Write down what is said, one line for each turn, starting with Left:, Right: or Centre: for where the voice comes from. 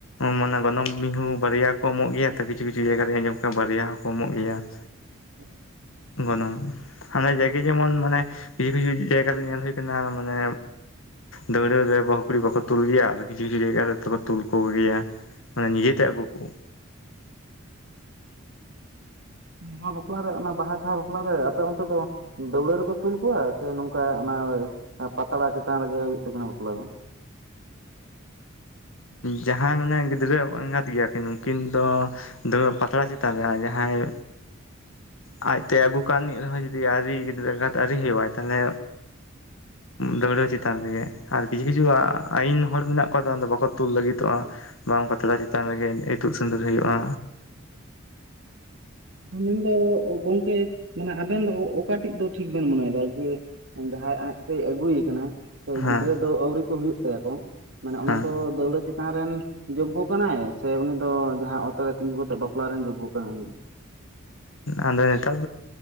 Left: ᱢᱟᱱᱮ ᱜᱚᱱᱚᱝ ᱢᱤᱦᱩ ᱵᱟᱨᱭᱟ ᱦᱚᱸ ᱠᱚ ᱮᱢᱚᱜ ᱜᱮᱭᱟ ᱛᱚ ᱠᱤᱪᱷᱩ ᱠᱤᱪᱷᱩ ᱡᱟᱭᱜᱟ ᱨᱮ ᱟᱸᱡᱚᱢ ᱠᱟᱜ-ᱟ‌ ᱵᱟᱨᱭᱟ ᱦᱚᱸᱠᱚ ᱮᱢᱚᱜ ᱜᱮᱭᱟ <unintelligible>
Right: <inaudible>
Left: ᱜᱚᱱᱚᱝ ᱦᱟᱱᱮ ᱡᱟᱭᱜᱮ ᱡᱮᱢᱚᱱ ᱢᱟᱱᱮ ᱠᱤᱪᱷᱩ ᱠᱤᱪᱷᱩ ᱡᱟᱭᱜᱟ ᱨᱮ ᱧᱮᱞ ᱦᱳᱭ ᱠᱟᱱᱟ ᱢᱟᱱᱮ ᱫᱟᱹᱣᱲᱟᱹ ᱨᱮ ᱵᱟᱦᱩ ᱠᱩᱲᱤ ᱵᱟᱠᱚ ᱛᱩᱞ ᱜᱮᱭᱟ ᱟᱨ ᱠᱤᱪᱷᱩ ᱠᱤᱪᱷᱩ ᱨᱮ ᱡᱟᱭᱜᱟ ᱨᱮᱫᱚᱠᱚ ᱛᱩᱞ ᱠᱚᱜᱮᱭᱟ ᱢᱟᱱᱮ ᱱᱤᱡᱮᱛᱮ ᱟᱹᱜᱩ ᱠᱚ
Right: ᱱᱚᱣᱟ ᱵᱟᱯᱞᱟ ᱨᱮ ᱚᱱᱟ ᱵᱟᱦᱟ ᱥᱟᱦᱟ ᱵᱟᱯᱞᱟᱨᱮ ᱟᱯᱮ ᱚᱱᱛᱮ ᱫᱚ ᱫᱟᱹᱣᱲᱟᱹ ᱨᱮᱠᱚ ᱛᱩᱞ ᱠᱚᱣᱟ ᱥᱮ ᱱᱚᱝᱠᱟ ᱚᱱᱟ ᱯᱟᱛᱲᱟ ᱪᱮᱛᱟᱱ ᱨᱮᱜᱮ ᱦᱩᱭᱩᱜ ᱛᱟᱠᱤᱱᱟ ᱵᱟᱯᱞᱟ ᱫᱚ
Left: ᱡᱟᱦᱟᱸᱭ ᱢᱟᱱᱮ ᱜᱤᱫᱽᱨᱟᱹ ᱮᱸᱜᱟᱛ ᱜᱮᱭᱟ ᱠᱤᱱ ᱩᱱᱠᱤᱱ ᱫᱚ ᱯᱟᱛᱲᱟ ᱪᱮᱛᱟᱱ ᱨᱮ ᱡᱟᱦᱟᱸᱭ ᱟᱡ ᱛᱮ ᱟᱹᱜᱩ ᱠᱟ ᱱᱤᱡ ᱨᱮᱦᱚᱭ ᱡᱩᱫᱤ ᱟᱣᱨᱤ ᱜᱤᱫᱽᱨᱟᱹ ᱮᱸᱜᱟᱛ ᱟᱣᱨᱤ ᱦᱳᱭᱳᱜᱟᱭ ᱛᱟᱦᱚᱞᱮ ᱫᱟᱹᱣᱲᱟᱹ ᱪᱮᱛᱟᱱ ᱨᱮᱜᱮ ᱟᱨ ᱠᱤᱪᱷᱩ ᱠᱤᱪᱷᱩ ᱟᱭᱭᱤᱱ ᱦᱚᱲ ᱢᱮᱱᱟᱜ ᱠᱚᱣᱟ ᱛᱟᱭᱚᱢ ᱛᱮ ᱵᱟᱠᱚ ᱛᱩᱞ ᱞᱟᱹᱜᱤᱫᱚᱜᱼᱟ ᱵᱟᱝ ᱯᱟᱛᱲᱟ ᱪᱮᱛᱟᱱ ᱨᱮᱜᱮ ᱤᱛᱩᱫ ᱥᱸᱫᱩᱨ ᱦᱩᱭᱩᱜᱼᱟ
Right: ᱦᱩᱸ ᱢᱮᱱᱫᱚ ᱜᱚᱝᱠᱮ ᱢᱟᱱᱮ ᱟᱵᱮᱱ ᱫᱚ ᱚᱠᱟᱴᱮᱡ ᱫᱚ ᱴᱷᱤᱠ ᱵᱮᱱ ᱢᱚᱱᱮᱭᱮᱫᱟ ᱡᱮ ᱡᱟᱦᱟᱸᱭ ᱟᱡᱛᱮᱭ ᱟᱹᱜᱩᱭᱮ ᱠᱟᱱᱟᱭ
Left: ᱦᱮᱸ
Right: ᱜᱤᱫᱽᱨᱟᱹ ᱫᱚ ᱟᱹᱣᱨᱤ ᱠᱚ ᱦᱩᱭᱩᱜ ᱛᱟᱭᱟᱠᱚ ᱢᱟᱱᱮ ᱚᱱᱟ
Left: ᱦᱮᱸ
Right: ᱫᱚ ᱫᱟᱹᱣᱲᱟᱹ ᱪᱮᱛᱟᱱ᱾ ᱪᱮᱛᱟᱱ ᱨᱮᱱ ᱡᱚᱜᱜᱚ ᱠᱟᱱᱟᱭ ᱥᱮ ᱩᱱᱤ ᱫᱚ ᱡᱟᱦᱟᱸ ᱚᱛᱚᱨ ᱨᱮ ᱛᱤᱸᱜᱩ ᱠᱟᱛᱮ ᱵᱟᱯᱞᱟ ᱨᱮᱱ ᱡᱚᱜᱜᱳ ᱠᱟᱱᱟᱭ ᱩᱱᱤ ᱫᱚ
Left: ᱟᱫᱚ ᱱᱤᱛ